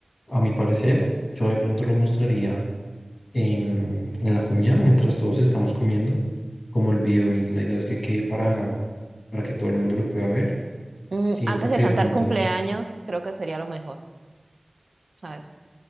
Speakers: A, on the left; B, on the right.
A: A mi parecer, yo de pronto lo mostraría en, en la comida mientras todos estamos comiendo, como el video bien, la idea es que quede para, para que todo el mundo lo pueda ver.
B: Mm,
A: Siento
B: antes
A: que
B: de cantar
A: de pronto...
B: cumpleaños, creo que sería lo mejor, ¿sabes?